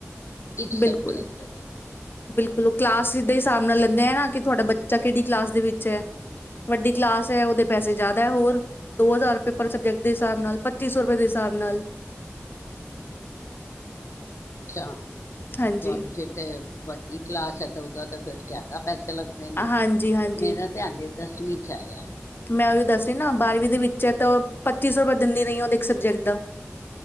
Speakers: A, on the left (about 85°); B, on the left (about 50°).
A: ਇੱਕ ਸਬਜੈਕਟ
B: ਬਿਲਕੁਲ
A: ਤੋਂ
B: ਬਿਲਕੁਲ ਉਹ ਕਲਾਸ ਦੇ ਹਿਸਾਬ ਨਾਲ ਲੈਂਦੇ ਆ ਨਾ ਕਿ ਤੁਹਾਡਾ ਬੱਚਾ ਕਿਹੜਡੀ ਕਲਾਸ ਦੇ ਵਿੱਚ ਹੈ ਵੱਡੀ ਕਲਾਸ ਉਹਦੇ ਪੈਸੇ ਜ਼ਿਆਦਾ ਹੋਰ ਦੋ ਹਜ਼ਾਰ ਰੁਪਏ ਪਰ ਸਬਜੈਕਟ ਦੇ ਹਿਸਾਬ ਨਾਲ ਪੱਚੀ ਸੌ ਰੁਪਏ ਦੇ ਹਿਸਾਬ ਨਾਲ
A: ਹਹ ਅੱਛਾ
B: ਹਾਂਜੀ
A: ਤੁਹਾਡੀ ਫੇਿਰ ਤੇ ਵੱਡੀ ਕਲਾਸ ਹੈ ਤਾਂ ਉਹਦਾ ਤਾਂ ਫਿਰ ਜ਼ਿਆਦਾ ਪੈਸੇ ਲੱਗਦੇ ਨੇ
B: ਹਾਂਜੀ ਹਾਂਜੀ
A: ਮੇਰਾ ਧਿਆਨ ਤਸਵਂ ਛਾਇ
B: ਮੈਂ ਉਹ ਵੀ ਦੱਸਵ ਨਾ ਬਾਰਵੀਂ ਦੇ ਵਿੱਚ ਤਾਂ ਪੱਚੀ ਸੌ ਦਿੰਦੀ ਰਹੀ ਉਹਦੇ ਇੱਕ ਸਬਜੈਕਟ ਦਾ